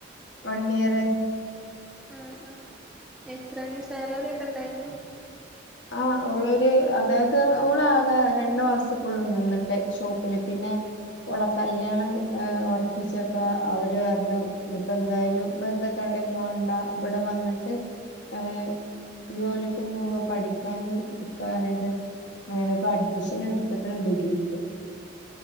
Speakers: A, on the left; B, in the centre.
A: വൺ ഇയറ്
B: ആഹ് ആഹ് എത്രങ്ക സാലറിയൊക്കെ ഇണ്ടയ്നോ
A: ആഹ് ഓളൊരു അതായത് ഓളാകെ രണ്ടു മാസക്കൊള്ളു നിന്നിട്ട് ഷോപ്പില് പിന്നെ. ഓള കല്യാണം ഉറപ്പിച്ചപ്പ അവര് പറഞ്ഞു. ഇനിപ്പെന്തായാലും വെറുതെ ക്കാടെ പോവണ്ട. ഇബടെ വന്നിട്ട് ഏഹ് ജോലിക്കും പോക പഠിക്ക. പഠിക്കാനും ഇട്ക്കാറ്ഞ്ഞിട്ട് അങ്ങനെ ഇപ്പോ അഡ്മിഷന് ഇട്ത്ത്ക്ക്ണ് ഡിഗ്രിക്ക്